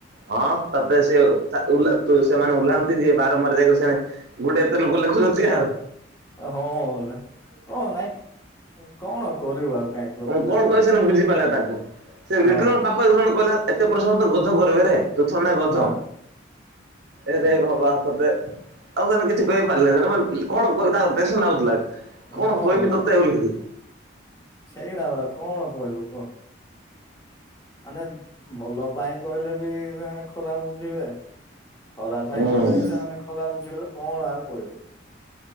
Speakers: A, on the right (about 55°); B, on the left (about 15°).
A: ହଁ ତତେ ସେ ସା ଓ ଓଲା ସେମାନେ ଓହ୍ଲାହାନ୍ତି ଯିଏ ବାରମ୍ବାର ଯାଇ କରି ସେଣେ ଗୋଟେ ଏତେ ଲୋକ ଲ <unintelligible>
B: ହଁ କଣ ନାଇଁ କଣ କରିବୁ ଆଉ। କାହିଁ କୁହ
A: ମୁଁ
B: ପିଲାମାନଙ୍କୁ
A: କଣ କହିଲି ସେଦିନ ବୁଝି ପାରିଲା ତାକୁ ସେ
B: ଆଉ
A: ଲିଟୁ ନନା ପାଖ ଆଇ ଲିଟୁ ନନା କହିଲା ଏତେ ପ୍ରଶ୍ନ ତ ଗଧ କରିପାରେ ତୁ ଥୋଡ଼ିନ ଗଧ।
B: ହଁ ହଁ
A: ଏରେ
B: ଅ,
A: ଭବା ତତେ ଆଉ ସେମାନେ କିଛି କହିପାରିଲେ ସେଟ ମ କି କଣ କହ ତା ଟେନସନ ଲାଗୁଥିଲା କଣ
B: ହଁ
A: କହିବି
B: ପରା
A: ତତେ ବୋଲିିକିରି।
B: ସେଇଟା ବଲା କଣ କହିବୁ କହ। ମାନେ ଭଲ ପାଇଁ କହିଲେ ବି ସେମାନେ ଖରାପ ବୁଝିବେ ଖରାପ ପାଇଁ
A: ହୁଁ।
B: କହିଲେ ବି ସେମାନେ ଖରାପ ବୁଝିଗଲେ କଣ ଆଉ କହିବୁ